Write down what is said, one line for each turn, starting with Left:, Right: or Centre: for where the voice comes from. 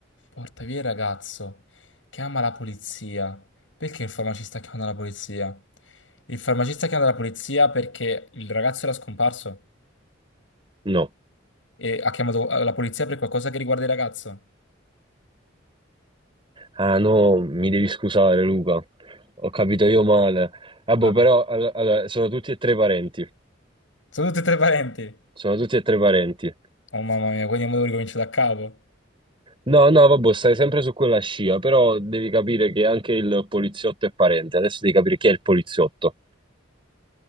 Left: Porta via il ragazzo, chiama la polizia. Perché il farmacista chiama la polizia? Il farmacista chiama la polizia perché il ragazzo era scomparso
Right: No.
Left: e ha chiamato eh, la polizia per qualcosa che riguarda il ragazzo.
Right: Ah no, mi devi scusare Luca, ho capito io male. Vabbè,
Left: Ah,
Right: però all- allora, sono tutti e tre parenti.
Left: sono tutti e tre parenti.
Right: Sono tutti e tre parenti.
Left: Oh mamma mia, quindi devo ricominciare da capo.
Right: No, no, vabbè, stai sempre su quella scia, però devi capire che anche il poliziotto è parente. Adesso devi capire chi è il poliziotto.